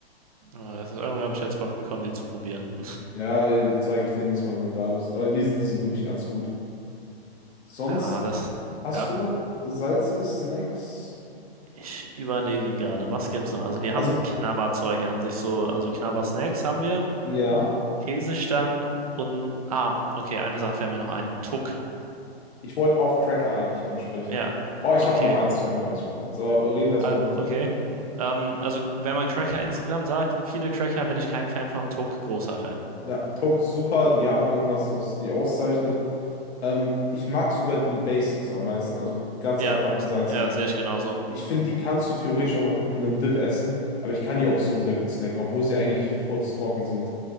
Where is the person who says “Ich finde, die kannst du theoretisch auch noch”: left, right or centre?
Left